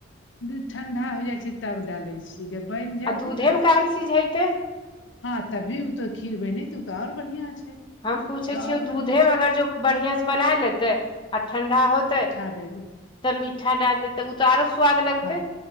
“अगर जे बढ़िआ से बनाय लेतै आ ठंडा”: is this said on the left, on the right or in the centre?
Left